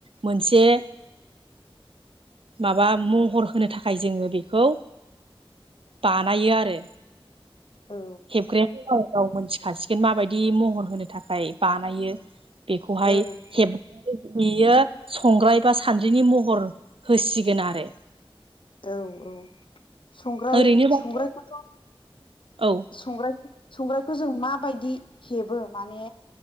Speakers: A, on the right; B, on the left.
A: मोनसे माबा महर होनो थाखाय जोङो बेखौ बानायो आरो
B: औ
A: हेबग्रायाथ' गाव गाव मोनथिखासिगोन माबायदि महर होनो थाखाय बानायो बेखौहाय
B: औ
A: हेबग्राया बियो संग्राय बा सानद्रिनि महर होसिगोन आरो
B: औ औ संग्राराय
A: ओरैनोबाथ'
B: संग्रारायखौथ'
A: औ
B: संग्राय संग्रायखौ जों माबायदि हेबो माने